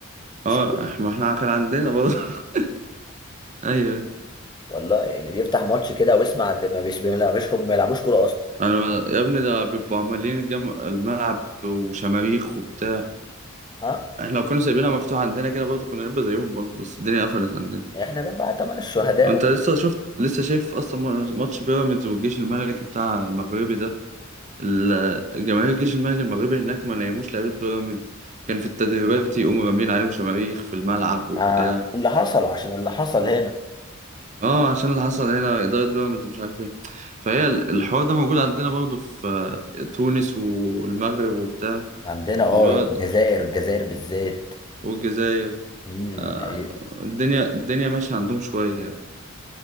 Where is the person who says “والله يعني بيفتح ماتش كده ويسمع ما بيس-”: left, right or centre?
Left